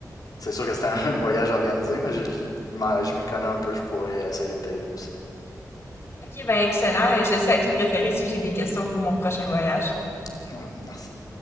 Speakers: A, on the left; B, on the left.
A: c'est sûr que c'est un, <laughs> un voyage organisé, mais je, je- je m'en- je m'y connais un peu, je pourrais essayer de t'aider aussi.
B: Ok, ben excellent. Je sais à qui me référer si j'ai des questions pour mon prochain voyage.
A: <laughs> Merci.